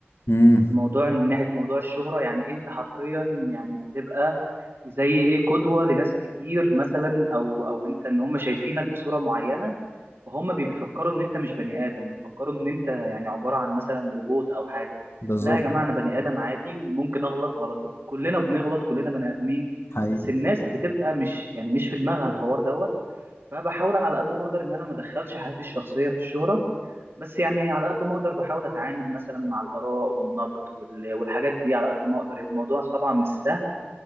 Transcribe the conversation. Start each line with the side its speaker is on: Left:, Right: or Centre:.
Left: مم.
Right: من موضوع من ناحيه موضوع الشهره يعني انت حرفيا يعني بتبقى زي ايه قدوه لناس كتير مثلا او او انت ان هم شايفينك بصوره معينه فهم بي- بيفكروا ان انت مش بني ادم بيفكروا ان انت يعني عباره عن مثلا روبوت او حاجه
Left: بالظبط
Right: لا يا جماعه انا بني ادم عادي وممكن اغلط غلطات كلنا بنغلط كلنا بني ادمين
Left: حقيقي
Right: بس الناس بتبقى مش يعني مش في دماغها الحوار دوت فبحاول على قد ما اقدر ان انا ما ادخلش حياتي الشخصيه في الشهره بس يعني على قد ما اقدر بحاول اتعامل مثلا مع الاراء والنقد وال- والحاجات دي على قد ما اقدر الموضوع طبعا مش سهل